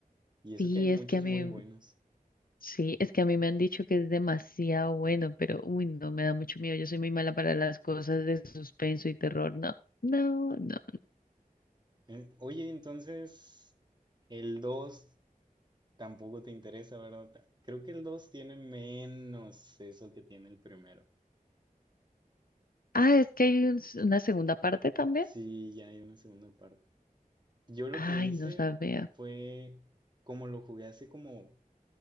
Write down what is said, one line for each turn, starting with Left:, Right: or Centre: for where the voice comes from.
Right: Y eso
Left: Sí,
Right: que hay muchos
Left: es que a mí,
Right: muy buenos.
Left: sí, es que a mí me han dicho que es demasiado bueno, pero uy, no, me da mucho miedo. Yo soy muy mala para las cosas de suspenso y terror. No, no, no.
Right: Eh, Oye, entonces el 2 tampoco te interesa, ¿verdad? Ta- Creo que el 2 tiene menos eso que tiene el primero.
Left: Ah, es que hay un s- una segunda parte también.
Right: Sí, ya hay una segunda parte. Yo lo
Left: Ay,
Right: que hice
Left: no sabía.
Right: fue, como lo jugué hace como